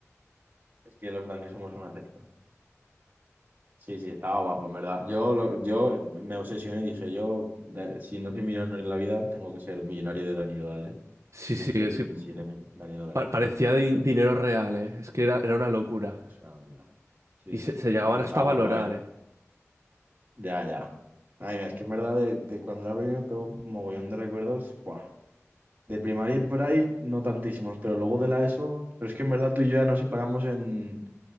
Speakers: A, on the right; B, on the right.
A: Es que los Dani somos una secta. Sí, sí, estaba guapo, en verdad. Yo, lo- yo me obsesioné y dije, yo, de- si no soy millonario en la vida, tengo que ser millonario de Dani Dólares.
B: Sí,
A: Me
B: sí,
A: hice
B: es
A: veintisiete
B: que
A: mil Dani Dólares.
B: pa- parecía di- dinero real, ¿eh? Es que era, era una locura.
A: Es una locura. Sí,
B: Y
A: sí.
B: se, se llegaban
A: Ah, estaba
B: hasta a valorar,
A: guapo, a ver.
B: ¿eh?
A: Ya, ya. Ay, mira, es que en verdad de, de cuando era pequeño tengo mogollón de recuerdos. Buah. De primaria y por ahí, no tantísimos, pero luego de la ESO, pero es que en verdad tú y yo ya nos separamos en,